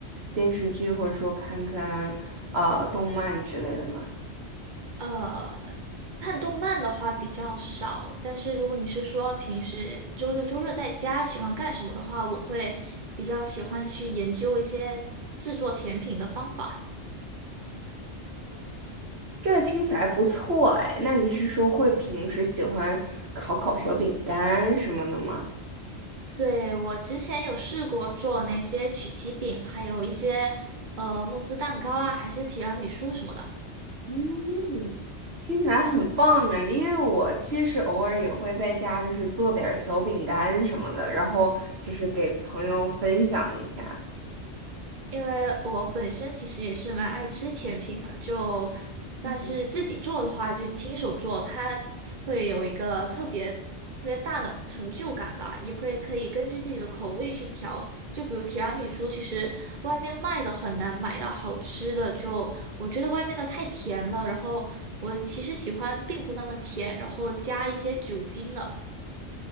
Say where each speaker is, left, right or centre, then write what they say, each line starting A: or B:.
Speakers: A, on the right; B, on the right.
A: 电视剧，或者说看看呃动漫之类的吗？
B: 呃，看动漫的话比较少，但是如果你是说平时周六周日在家喜欢干什么的话，我会比较喜欢去研究一些制作甜品的方法。
A: 这听起来不错哎，那你是说会平时喜欢烤烤小饼干什么的吗？
B: 对，我之前有试过做那些曲奇饼，还有一些呃慕斯蛋糕啊，还是提拉米苏什么的。
A: 嗯，听起来很棒哎，因为我其实偶尔也会在家就是做点儿小饼干什么的，然后就是给朋友分享一下。
B: 因为我本身其实也是蛮爱吃甜品的，就但是自己做的话，
A: 嗯。
B: 就亲手做，它会有一个特别特别大的成就感吧，也会可以根据自己的口味去调。就比如提拉米苏，其实外面卖的很难买到好吃的，就我觉得外面的太甜了，然后我其实喜欢并不那么甜，然后加一些酒精的。